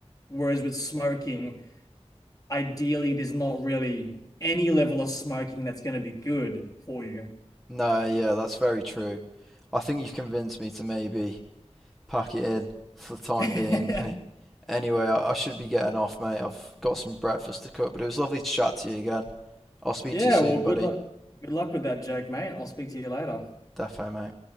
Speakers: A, on the left; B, in the centre.
A: Whereas with smoking, ideally, there's not really any level of smoking that's going to be good for you.
B: No, yeah, that's very true. I think you've convinced me to maybe pack it in for the time
A: <laughs>
B: being, <laughs> mate. Anyway, I, I should be getting off, mate. I've got some breakfast to cook, but it was lovely to chat to you again. I'll speak
A: Yeah,
B: to you soon,
A: well,
B: buddy.
A: good luck. Good luck with that, Jake, mate. I'll speak to you later.
B: Defo, mate.